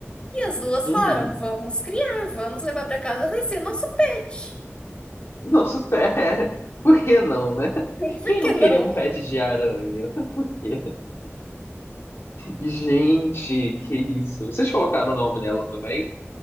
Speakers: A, on the left; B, on the left.
A: E as duas
B: Uhum.
A: falaram: "Vamos criar, vamos levar pra casa, vai ser nosso pet".
B: Nosso <laughs> pé. Por que não, né?
A: <laughs> Por
B: Quem
A: que
B: não
A: não?
B: queria um pet de aranha? <laughs> Gente, que isso. Vocês colocaram o nome nela também?